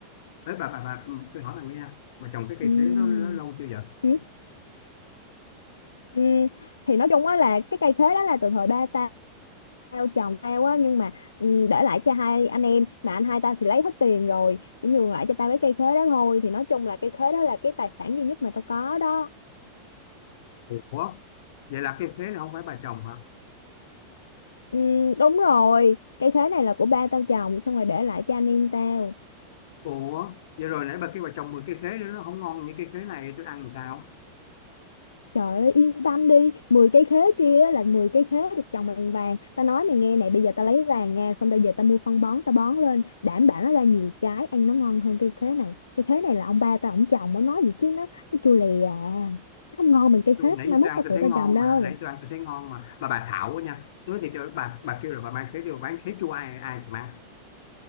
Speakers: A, on the left; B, on the left.
A: Đấy bà bà bà ừ, tôi hỏi bà nghe nha. Bà trồng cái cây
B: ừ,
A: khế nó, nó lâu chưa vậy?
B: ừ, Ừm, thì nói chung á là cái cây khế đó là từ thời ba tao tao chồng tao á nhưng mà ừm, để lại cho hai anh em mà anh hai tao thì lấy hết tiền rồi chỉ nhường lại cho tao cái cây khế đó thôi thì nói chung là cây khế đó là cái tài sản duy nhất mà tao có đó
A: ủa vậy là cái khế này không phải bà trồng hả
B: Ừm, đúng rồi cây khế này là của ba tao trồng xong rồi để lại cho anh em tao
A: ủa vậy rồi nãy bà kêu bà trồng 10 cái khế nữa nó không ngon như cái khế này tôi ăn làm sao
B: Trời ơi yên tâm đi 10 cây khế kia á là 10 cây khế được trồng bằng vàng Ta nói mày nghe này bây giờ ta lấy vàng nha Xong bây giờ ta mua phân bón ta bón lên Đảm bảo nó ra nhiều trái ăn nó ngon hơn cây khế này Cây khế này là ông ba ta ổng trồng Nó nói gì chứ nó nó chua lè à Nó không ngon bằng cây
A: tôi,
B: khế
A: nãy
B: mai mốt
A: tôi ăn
B: ta
A: tôi
B: tự
A: thấy
B: ta
A: ngon
B: trồng đâu
A: mà nãy tôi ăn tôi thấy ngon mà mà bà xạo quá nha tôi nói thiệt cho bà bà kêu là bà mang khế đi bà bán khế chua ai ai thì mang